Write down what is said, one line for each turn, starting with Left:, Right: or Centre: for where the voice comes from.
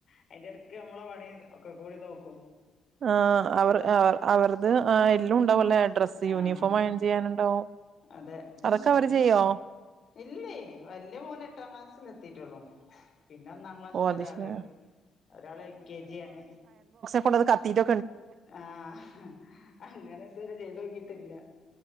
Left: അതിന്റെ എടക്ക് നമ്മളെ പണി ഒക്കെ കൂടി നോക്കൂ
Right: ആ അവർ അവർ അവർത് ആ എല്ലും ഉണ്ടാവല്ലേ ഡ്രെസ്സ്
Left: ആഹ്
Right: യൂണിഫോം അയേൺ ചെയ്യാനുണ്ടോ
Left: അതെ
Right: അതൊക്കെ അവര് ചെയ്യോ
Left: ഇല്ലേ വല്യ മോനെട്ടാം ക്ലാസ്സിൽ എത്തിട്ടുള്ളൂ പിന്നെ ഒന്നാം ക്ലാസ്സില്
Right: ഓഹ് അത്
Left: ഒരാള്
Right: ശരി
Left: ഒരാള് എൽ കെ ജി ആാണ്
Right: കൊണ്ടന്ന് കത്തിട്ട്
Left: ആഹ് അങ്ങനെ ഇത് വരെ ചെയ്ത് നോക്കി ട്ടില്ല